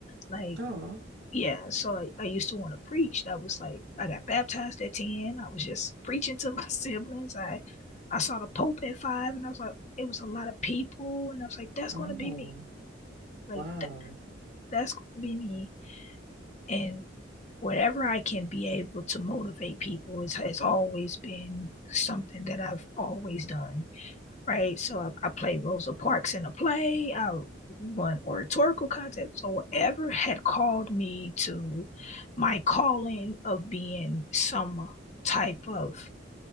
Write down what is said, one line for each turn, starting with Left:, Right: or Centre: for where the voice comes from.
Left: Like,
Right: Oh,
Left: yeah, so I, I used to want to preach. That was like I got baptized at 10. I was just <laughs> preaching to my <laughs> siblings. I I saw the Pope at five and I was like, it was a lot of people. And I was like, that's
Right: oh,
Left: gonna be me. Like
Right: wow.
Left: th- that's gonna be me. And whatever I can be able to motivate people is has always been something that I've always done. right? So I, I played Rosa Parks in a play. I won oratorical contests. So whatever had called me to my calling of being some type of